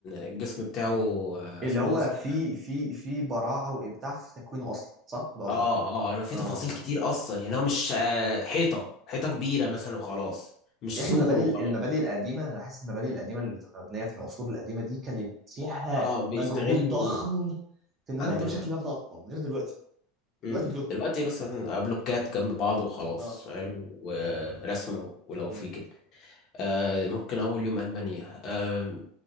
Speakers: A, on the left; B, on the right.
A: الجسم بتاعه آه،
B: اللي
A: سموث
B: هو
A: كده
B: في في في براعه وابداع في تكوينه اصلا صح ده قصدك
A: اه
B: يعني
A: اه لو فيه
B: اه
A: تفاصيل كتير اصلا يعني هو مش آه، حيطه حيطه كبيره مثلا وخلاص مش
B: يا اخي
A: سور
B: المباني
A: وخلاص
B: المباني القديمه انا بحس المباني القديمه اللي بتبقى مبنيه في العصور القديمه دي كانت فيها
A: اه بيستغلوا
B: مجهود ضخم في ان هم
A: عن
B: يعملوا
A: دلوقتي
B: شكل مبنى اصلا غير دلوقتي
A: مم.
B: دلوقتي بلوك
A: دلوقتي مثلا بلوكات جنب بعض وخلاص
B: اه
A: فاهم ورسمة ولو في
B: مم.
A: كده آه ممكن أول يوم ألمانيا آه